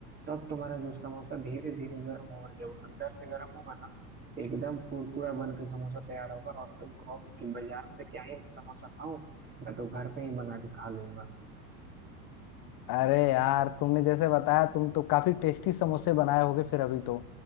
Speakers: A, on the right; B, on the left.
A: तब तुम्हारा जो समोसा धीरे धीरे गर्म होगा जब अंदर से गर्म होगा ना एकदम कुरकुरा बन के समोसा तैयार होगा और तुम कहोगे कि बाजार से क्या ही मैं समोसा खाऊं मैं तो घर पे ही बना के खा लूंगा
B: अरे यार तुमने जैसे बताया तुम तो काफी टेस्टी समोसे बनाए होगे फिर अभी तो